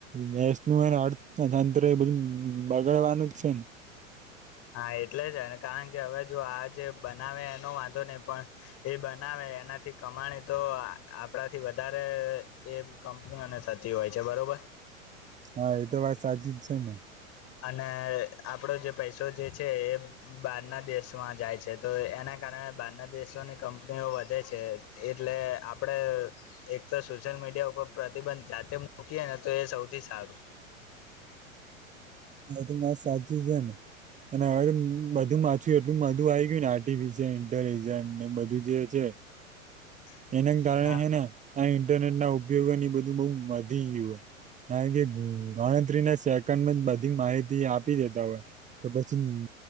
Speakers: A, on the right; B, on the left.
A: દેશ નુ અર્થતંત્ર. તંત્ર બધું બગાડવાનું જ છે.
B: હા એટલે જ કારણ કે હવે જો આ જે બનાવે એનો વાંધો નહી પણ એ બનાવે એનાથી કમાણી તો આપણાથી વધારે એ. કંપનીઓને થતી હોય છે બરોબર.
A: હા એ તો વાત સાચી જ છે ને.
B: અને આપડો જે પૈસો જે છે એ બહારના દેશમાં જાય છે. તો એના કારણે બહારના દેશોની કંપનીઓ વધે છે એટલે આપણે એક તો સોશિયલ મીડિયા ઉપર પ્રતિબંધ જાતે મૂકીય ને તો એ સૌથી સારું.
A: હા તો વાત સાચી છે ને. અને હવે બધું માછું એટલું બધું આવી ગયું ને આર્ટિફિજાઇન ઇન્ટેલજન્ટ બધું જે છે.
B: <unintelligible>
A: એના કારણે
B: હા
A: હે ને આ ઇન્ટરનેટ ના ઉપયોગોની બધું બહુ વધી ગયું હે. કારણ કે ગણતરીને સેકન્ડમાં બધી માહિતી આપી દેતા હોય. તો પછી